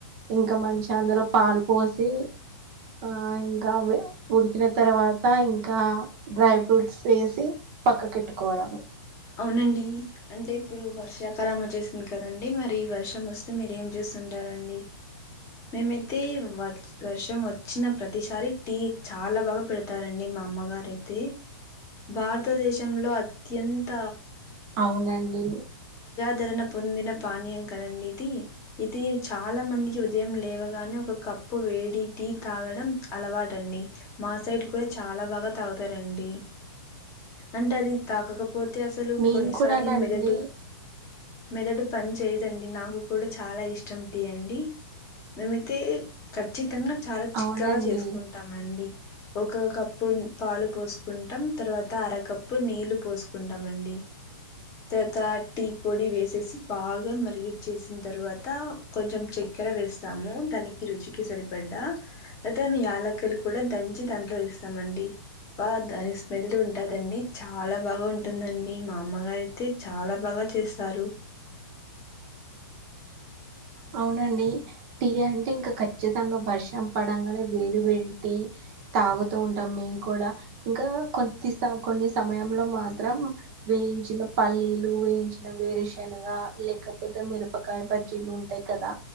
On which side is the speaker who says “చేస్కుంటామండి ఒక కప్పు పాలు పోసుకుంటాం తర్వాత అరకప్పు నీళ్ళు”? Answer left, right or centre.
Left